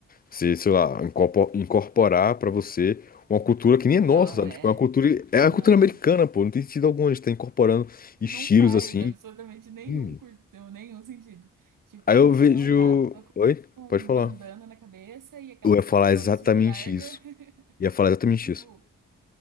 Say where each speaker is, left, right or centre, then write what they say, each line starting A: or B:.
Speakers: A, on the left; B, on the right.
A: Se, sei lá, incorpo- incorporar pra você uma cultura que nem
B: Não
A: é nossa, sabe?
B: é.
A: Tipo, é uma cultura... É
B: Não.
A: a cultura americana, pô. Não tem sentido algum a gente tá incorporando estilos
B: Não faz
A: assim.
B: absolutamente nenhum
A: Hum.
B: curtão, nenhum sentido. Tipo,
A: Aí
B: antes
A: eu vejo.
B: eu andava
A: Oi?
B: com
A: Pode
B: um
A: falar.
B: bandana na cabeça e aquelas
A: Eu ia falar
B: calçonas
A: exatamente
B: super largas.
A: isso.
B: <laughs>
A: Ia falar exatamente
B: Tipo,
A: isso.